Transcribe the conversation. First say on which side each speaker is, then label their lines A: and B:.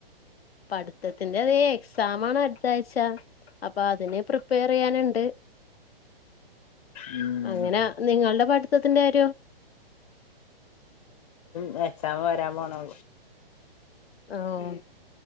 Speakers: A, on the left; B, on the left.
A: പഠിത്തത്തിന്റെ അതേ എക്സാമാണ് അട്ത്താഴ്ച്ച അപ്പൊ അതിന് പ്രിപ്പേറെയ്യാന്ണ്ട്
B: ഉം
A: അങ്ങനാ നിങ്ങള്ടെ പഠിത്തത്തിന്റെ കാര്യോ
B: വെ എക്സാമ് വരാ പോണോള്ളു
A: ആണോ